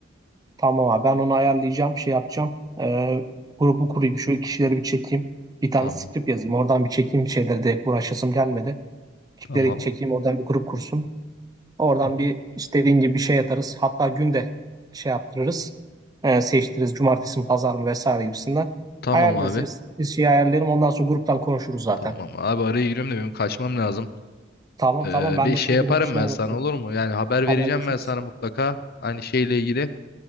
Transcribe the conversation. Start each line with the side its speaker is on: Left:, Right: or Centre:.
Right: tamam abi ben onu ayarlayacağım, şey yapacağım. Ee, grubu kurayım, şu kişileri bir çekeyim. Bir tane
Left: Tamam.
Right: script yazayım. Oradan bir çekeyim şeyleri de uğraşasım gelmedi. Kişileri
Left: Tamam.
Right: çekeyim oradan bir grup kursun. Oradan
Left: Hı hı.
Right: bir istediğin gibi bir şey atarız. Hatta günde şey yaptırırız. Ee, seçtiririz cumartesi mi pazar mı vesaire gibisinden.
Left: Tamam
Right: Ayarlarız.
Left: abi.
Right: Biz biz şey ayarlayalım. Ondan sonra gruptan konuşuruz zaten.
Left: Tamam abi araya giriyorum da benim kaçmam lazım.
Right: Tamam
Left: Ee,
Right: tamam ben
Left: bir
Right: de
Left: şey
Right: şu
Left: yaparım
Right: grup işlerine
Left: ben sana
Right: bakayım.
Left: olur mu? Yani haber
Right: Haberleşiriz.
Left: vereceğim ben sana mutlaka. Aynı şeyle ilgili.